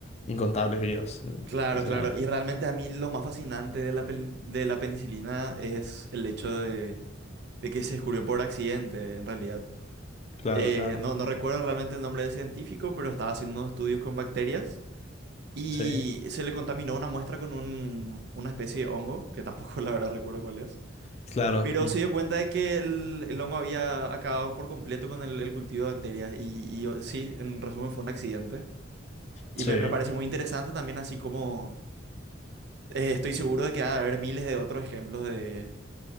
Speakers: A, on the left (about 35°); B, on the right (about 60°).
A: incontables vidas, sí,
B: Claro,
A: sinceramente.
B: claro. Y realmente a mí lo más fascinante de la, pel- de la penicilina es el hecho de, de que se descubrió por accidente, en realidad.
A: Claro,
B: Eh,
A: claro.
B: no, no recuerdo realmente el nombre del científico, pero estaba haciendo unos estudios con bacterias y
A: Sí,
B: se le contaminó una muestra con un- una especie de hongo, que tampoco <laughs> la verdad recuerdo cuál es.
A: claro.
B: Pero
A: mm,
B: se dio cuenta de que el, el hongo había acabado por completo con el, el cultivo de bacterias y, y, o- sí, en resumen fue un accidente. Y
A: Sí,
B: me, me parece muy interesante también así como eh, estoy seguro de que va a haber miles de otros ejemplos de,